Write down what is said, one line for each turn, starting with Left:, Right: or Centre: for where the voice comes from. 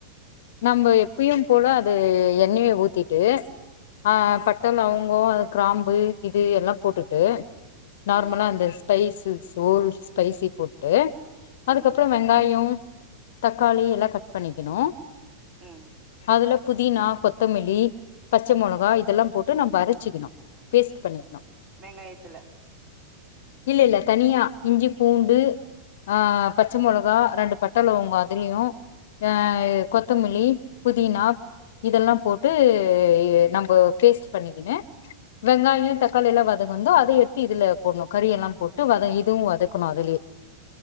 Left: நம்ப எப்பியும் போல அது எண்ணெய ஊத்திட்டு ஆ பட்ட லவங்கோ அத க்ராம்பு இது எல்லா போட்டுட்டு நார்மலா
Right: ம்
Left: அந்த ஸ்பைசஸ் ஓல் ஸ்பைசி போட்டு அதுக்கப்றோ
Right: ம்
Left: வெங்காயொ தக்காளி எல்லா கட் பண்ணிக்கிணு
Right: ம்
Left: அதுல புதினா கொத்தமல்லி பச்ச மொளகா இதெல்லா போட்டு நம்ப அரச்சிக்கிணு பேஸ்ட் பண்ணிக்கிணு
Right: வெங்காயத்துல
Left: இல்ல இல்ல தனியா இஞ்சி பூண்டு ஆ பச்ச மொளகா ரெண்டு பட்ட லவங்கோ அதுலியு ஆ கொத்தமல்லி புதினா இதல்லா போட்டு நம்போ பேஸ்ட் பண்ணிக்கினு வெங்காயொ தக்காளி எல்லா வதகுந்தோ அத எட்த்து இதுல போட்ணு கறி எல்லாம் போட்டு வத இதுவு வதக்கணு அதுலே